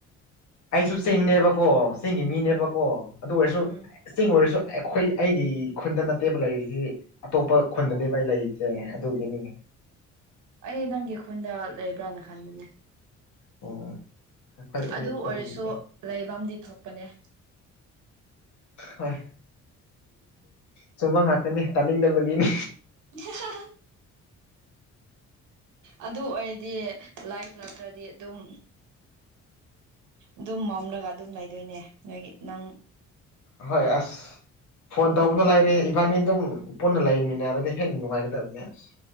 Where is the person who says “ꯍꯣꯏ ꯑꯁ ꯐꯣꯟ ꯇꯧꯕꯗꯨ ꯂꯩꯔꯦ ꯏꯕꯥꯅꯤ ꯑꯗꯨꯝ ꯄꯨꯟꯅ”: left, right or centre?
Left